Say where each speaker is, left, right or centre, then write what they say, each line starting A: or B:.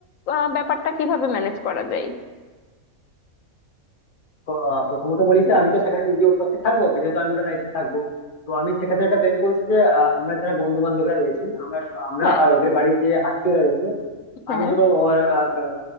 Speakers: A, on the left; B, on the left.
A: আহ, ব্যাপারটা কিভাবে ম্যানেজ করা যায়
B: তো, আহ, প্রথমত বলি যে আমি তো সেখানে নিজে উপস্থিত থাকবো যেহেতু আমি ওটা দায়িত্বে থাকবো তো আমি সেক্ষেত্রে একটা প্ল্যান করেছি যে আহ, আমরা যারা বন্ধু বান্ধবরা রয়েছি আমরা স- আমরা
A: হ্যাঁ
B: আর ওদের বাড়ির যে আত্মীয়রা রয়েছে
A: হ্যাঁ
B: আমি বিশেষ করে ওর আহ, আহ,